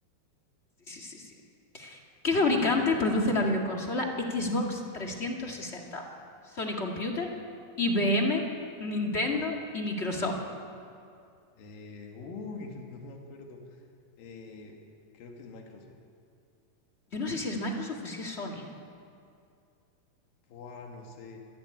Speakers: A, on the left; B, on the left.
A: Sí, sí, sí, sí. ¿Qué fabricante produce la videoconsola Xbox trescientos sesenta? Sony Computer, IBM, Nintendo y Microsoft.
B: Eh, uy, <laughs> no me acuerdo. Eh, creo que es Microsoft.
A: Yo no sé si es Microsoft o si es Sony, ¿eh?
B: Buah, no sé.